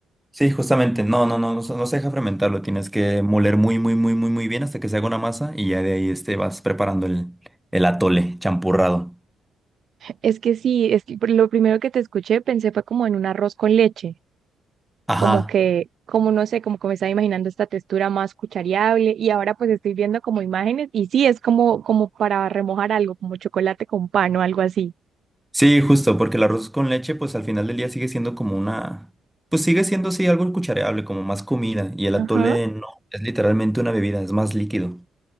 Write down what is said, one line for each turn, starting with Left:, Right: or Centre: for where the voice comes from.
Centre: Sí, justamente, no, no, no, no, se no se deja fermentar, lo tienes que moler muy, muy, muy, muy, muy bien hasta que se haga una masa y ya de ahí este, vas preparando el, el atole champurrado.
Right: Es que sí, es que por lo primero que te escuché pensé fue como en un arroz con leche,
Centre: Ajá,
Right: como que, como no sé, como que me estaba imaginando esta textura más cuchareable y ahora pues estoy viendo como imágenes y sí, es como, como para remojar algo, como chocolate con pan o algo así.
Centre: sí, justo, porque el arroz con leche, pues al final del día sigue siendo como una, pues sigue siendo, sí, algo cuchareable, como más comida, y el
Right: Ajá.
Centre: atole no, es literalmente una bebida, es más líquido.